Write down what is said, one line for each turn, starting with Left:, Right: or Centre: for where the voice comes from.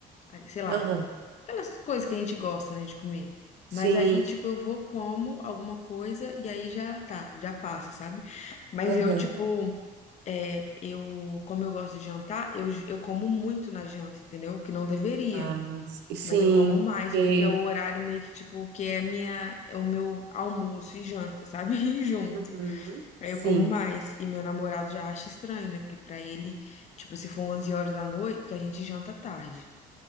Left: aí, sei lá,
Right: Aham.
Left: aquelas coisas que a gente gosta, né, de comer.
Right: Sim.
Left: Mas aí, tipo, eu vou, como alguma coisa e aí já tá, já passa, sabe? Mas
Right: Aham.
Left: eu, tipo, é, eu, como eu gosto de jantar, eu, j- eu como muito na janta, entendeu? Que não deveria.
Right: Ah, s- sim.
Left: Mas eu como mais,
Right: porque-
Left: porque é o horário meio que, tipo, que é a minha, é o meu almoço e janta, sabe? <laughs> E junto.
Right: Uhum.
Left: Aí
Right: Sim.
Left: eu como mais. E meu namorado já acha estranho, né? Porque pra ele, tipo, se for 11 horas da noite, porque a gente janta tarde.